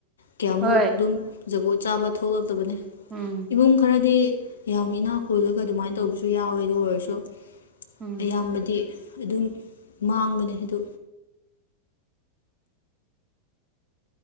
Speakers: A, on the left (about 65°); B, on the right (about 20°).
A: ꯀꯌꯥꯃꯨꯛ
B: ꯍꯣꯏ
A: ꯑꯗꯨꯝ ꯖꯒꯣꯠ ꯆꯥꯕ ꯊꯣꯛꯂꯛꯇꯕꯅꯤ
B: ꯎꯝ
A: ꯏꯃꯨꯡ ꯈꯔꯗꯤ ꯌꯥꯝ ꯏꯅꯥꯛ ꯈꯨꯜꯂꯒ ꯑꯗꯨꯃꯥꯏꯅ ꯇꯧꯕꯁꯨ ꯌꯥꯎꯋꯦ ꯑꯗꯨ ꯑꯣꯏꯔꯁꯨ
B: ꯎꯝ
A: ꯑꯌꯥꯝꯕꯗꯤ ꯑꯗꯨꯝ ꯃꯥꯡꯕꯅꯦ ꯑꯗꯨ